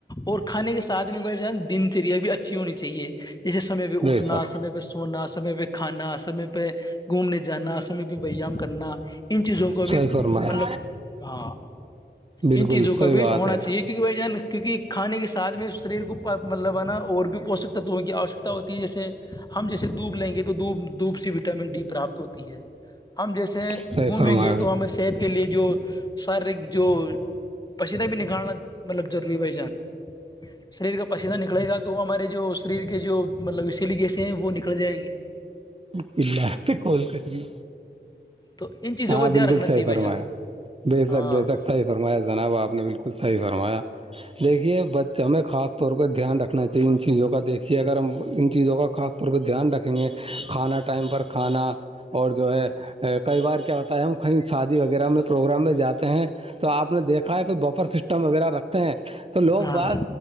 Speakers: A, on the left; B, on the right.
A: اور کھانے کے ساتھ میں نا دنچریا بھی اچھی ہونی چاہیے جیسے سمے پہ
B: جی
A: اٹھنا
B: سر
A: سمے پہ سونا سمے پہ کھانا سمے پہ پہ گھومنے جانا سمے پہ ویایام کرنا ان چیزوں کو
B: صحیح
A: بھی
B: فرمایا
A: مطلب ہاں
B: بالکل
A: ان چیزوں کا
B: صحیح
A: بھی
B: بات
A: ہونا
B: ہے
A: چاہیے کہ وجہ کیونکہ کھے کے ساتھ میں شریر کو مطلبانا اور بھی پوشک تتووں کی آوش ہوتی ہے جیسے ہم جیسے دوب لیں گے تو دوپ دوپ سی وٹامن ڈی پراپت ہوتی ہے ہم جیسے
B: صحیح
A: گھومیں
B: فرمایا
A: گے تو ہمیں صحت کے لیے جو شارییرک جو پسینہ بھی نکھالنا مطلب ضروری بھائی جان شریر کا پسیینہ نکلے گا تو ہمارے جو شریر کے جو مطلب اسی لیگیسے ہیں وہ نکل جائےیں گی
B: کلا کولکٹری
A: تو ان چیزوں
B: ہاں
A: کا دھیان
B: بالکل
A: رکھنا چاہیے
B: صحیح
A: بھائی
B: فرمایا
A: جان
B: بے شک
A: ہاں
B: بے شک صحیح فرمایا جناب آپ نے بالکل صحیح فرمایا دیکھیے بچ ہمیں خاص طور پہ دھیان رکھنا چاہیے ان چیزوں کا دیکھیے اگر ہم ان چیزوں کا خاص کو دھیان رکھیں گے کھانا ٹائم پر کھانا اور جو ہے کئی بار کیا ہوتا ہے ہم کہیں شادی وغیرہ میں پروگرام میں جاتے ہیں تو آپ نے دیکھا ہے کوئی بفر سسٹم وغیرہ رکھتے ہیں تو لوگ
A: ہاں